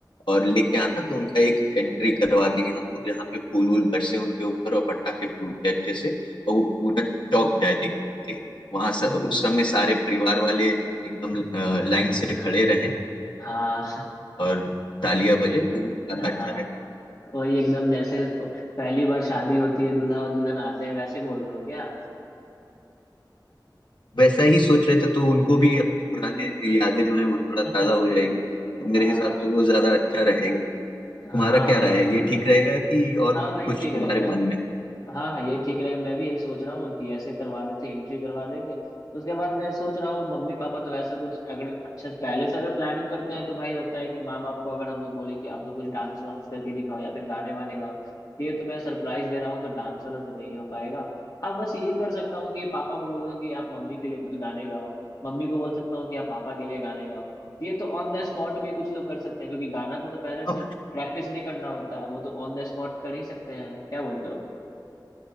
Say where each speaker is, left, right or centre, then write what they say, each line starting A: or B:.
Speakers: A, on the left (about 80°); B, on the left (about 50°).
A: और लेके आना तो उनका एक एंट्री करवा देंगे हम लोग जहाँ पे फूल वूल बरसे उनके ऊपर और पटाखे फूटे अच्छे से और वो पूरा चौक जाए देखते ही वहां स-
B: हम्म, हम्म।
A: उस समय सारे परिवार वाले एकदम अ, लाइन से खड़े रहें
B: हाँ
A: और तालियां बजे तो वो ज्यादा
B: <laughs> हाँ
A: अच्छा रहेगा
B: वही एकदम जैसे पहली बार शादी होती है दूल्हा और दुल्हन आते हैं वैसे बोल रहे हो क्या
A: वैसा ही सोच रहे थे तो उनको भी अपनी पुराने यादें जो हैं वो थोड़ा
B: <laughs>
A: ताजा हो जाएगी तो
B: हाँ
A: मेरे हिसाब से वो ज्यादा अच्छा रहेगा तुम्हारा
B: हाँ
A: क्या राय है ये ठीक रहेगा कि और
B: हाँ वही
A: कुछ
B: ठीक
A: तुम्हारे
B: रहेगा
A: मन में
B: हाँ हाँ ये ठीक रहेगा मैं भी यही सोच रहा हूँ कि ऐसे करवा देते एंट्री करवा देंगे उसके बाद मैं सोच रहा हूँ मम्मी पापा तो वैसे कुछ अगर अच्छा पहले से अगर प्लानिंग करते हैं तो भाई होता है कि माँ बाप को अगर हम लोग बोले कि आप लोग कुछ डांस वांस करके दिखाओ या फिर गाने वाने गाओ तो ये तो मैं सरप्राइज दे रहा हूँ तो डांस वाला तो नहीं हो पाएगा हाँ बस ये कर सकता हूँ कि पापा को बोलूँ कि आप मम्मी के लिए कुछ गाने गाओ मम्मी को बोल सकता हूँ कि आप पापा के लिए गाने गाओ तो ये तो ऑन द स्पॉट भी कुछ लोग कर सकते हैं क्योंकि गाना को तो पहले से
A: है
B: प्रैक्टिस नहीं करना होता है वो तो ऑन द स्पॉट कर ही सकते हैं क्या बोलते हो